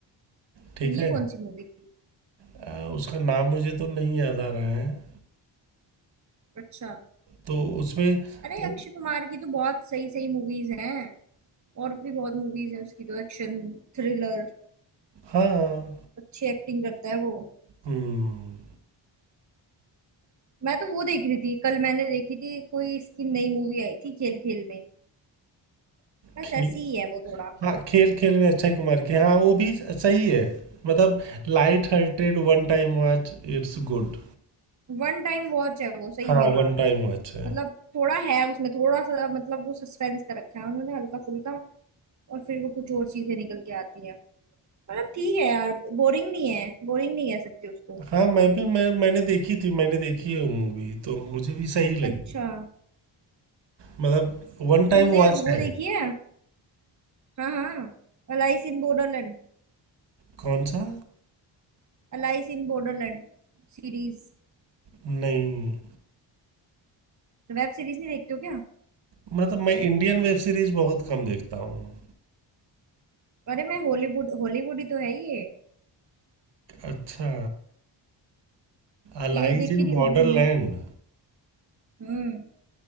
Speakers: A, on the right (about 65°); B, on the right (about 40°).
A: ठीक
B: ये
A: है
B: कौन सी मूवी थी
A: अ, उसका नाम मुझे तो नहीं याद आ रहा है
B: अच्छा
A: तो उसमें
B: अरे
A: तो,
B: अक्षय कुमार की तो बहुत सही सही मूवीज हैं और भी बहुत मूवीज हैं उसकी तो एक्शन थ्रिलर
A: हाँ
B: अच्छी एक्टिंग करता है वो
A: हम्म
B: मैं तो वो देख रही थी कल मैंने देखी थी कोई इसकी नई मूवी आई थी खेल खेल में बस
A: खेल
B: ऐसी ही है वो थोड़ा
A: हाँ खेल खेल में अक्षय कुमार की हाँ वो भी सही है मतलब Light hearted one time watch it's good
B: वन टाइम वॉच है वो सही
A: हाँ
B: में हाँ
A: वन हाँ टाइम वॉच है
B: मतलब थोड़ा है उसमें थोड़ा सा मतलब वो सस्पेंस कर रखा है उन्होंने हल्का फुल्का और फिर वो कुछ और चीजें निकल के आती हैं मतलब ठीक है यार बोरिंग नहीं है बोरिंग नहीं कह सकते उसको
A: हाँ मैं भी मैं मैंने देखी थी मैंने देखी है मूवी तो मुझे भी सही लगी
B: अच्छा
A: मतलब वन टाइम
B: तुमने
A: वॉच
B: वो
A: है
B: देखी है हाँ हाँ Alice in Borderland
A: कौन सा
B: Alice in Borderland series
A: नहीं
B: Web series नहीं देखते हो क्या
A: मतलब मैं इंडियन वेब सीरीज बहुत कम देखता हूँ
B: अरे मैं हॉलीवुड हॉलीवुड ही तो है ये
A: अच्छा Allies
B: ये देखी
A: in
B: नहीं
A: Borderland
B: होगी तुमने हम्म